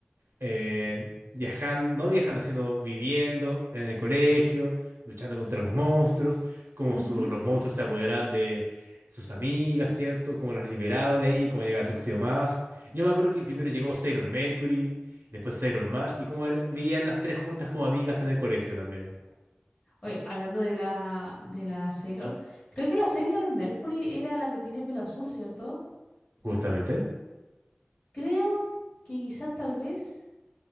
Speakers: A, on the right; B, on the left.
A: eh, viajando, no viajando, sino viviendo en el colegio, luchando contra los monstruos, cómo
B: ujú.
A: su- los monstruos se apoderaban de sus amigas, ¿cierto? Cómo las liberaba de ahí, cómo llegaba Tuxedo Mask. Yo me acuerdo que primero llegó Sailor Mercury, después Sailor Mars, y cómo er- vivían las tres juntas como amigas en el colegio también,
B: Oye, hablando de la, de la Sailor, creo que la Sailor Mercury era la que tiene pelo azul, ¿cierto?
A: justamente.
B: Creo que quizás tal vez